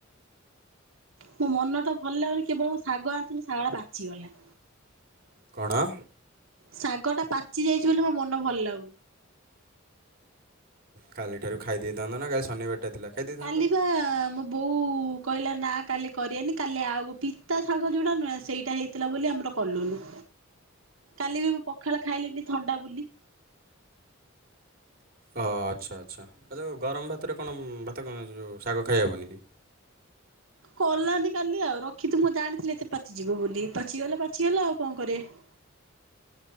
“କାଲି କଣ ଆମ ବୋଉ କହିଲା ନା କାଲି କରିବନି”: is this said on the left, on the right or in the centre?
Right